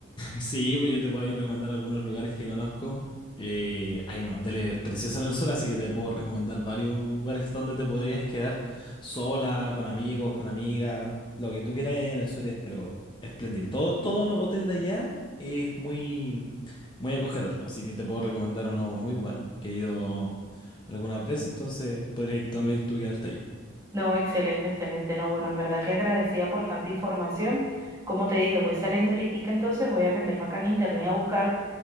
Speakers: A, on the left (about 25°); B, on the right (about 15°).
A: Sí, pues yo te puedo ahí recomendar algunos lugares que conozco. Eh, hay unos hoteles preciosos en el sur, así que te puedo recomendar varios lugares donde te podrías quedar sola, con amigos, con amigas, lo que tú quieras allá en el sur es, pero espléndido. Todo, todo lo hotel de allá es muy, muy acogedor, así que te puedo recomendar uno muy bueno, que he ido algunas veces, entonces podrías también tú quedarte ahí.
B: No, excelente, excelente. No, bueno, en verdad que agradecida por tanta información. Como te dije, voy saliendo ahorita, entonces voy a meterme acá en internet a buscar